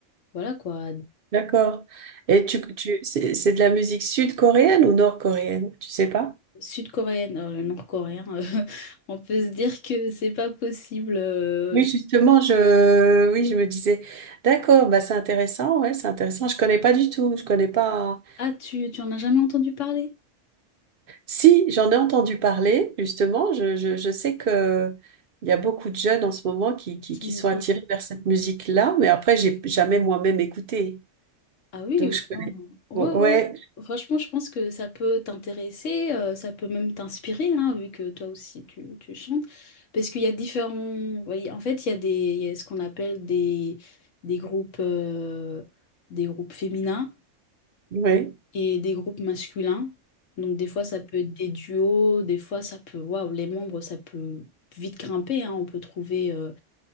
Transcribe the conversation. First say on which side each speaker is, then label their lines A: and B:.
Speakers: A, on the left; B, on the right.
A: voilà quoi.
B: D'accord. Et tu, tu, c'est c'est de la musique sud-coréenne ou nord-coréenne? Tu sais pas?
A: Sud-coréenne, euh, nord-coréen, <laughs> euh, on peut se dire que c'est pas possible. euh.
B: Oui, justement, je, oui, je me disais, d'accord, bah c'est intéressant, ouais, c'est intéressant. Je connais pas du tout, je connais pas.
A: Ah, tu, tu en as jamais entendu parler?
B: Si, j'en ai entendu parler, justement. Je, je, je sais que il y a beaucoup de jeunes en ce moment qui, qui,
A: Qui-
B: qui sont
A: qui-
B: attirés vers cette musique-là, mais après, j'ai jamais moi-même écouté,
A: Ah oui,
B: donc
A: oui.
B: je connais.
A: ouais,
B: Bon,
A: ouais,
B: ouais,
A: ouais. Franchement, je pense que ça peut t'intéresser, euh, ça peut même t'inspirer, hein, vu que toi aussi tu, tu chantes. Parce qu'il y a différents. voyez, en fait, il y a des, il y a ce qu'on appelle des, des groupes, euh, des groupes féminins.
B: ouais.
A: et des groupes masculins. Donc des fois ça peut être des duos, des fois ça peut, waouh, les membres ça peut vite grimper, hein. On peut trouver euh,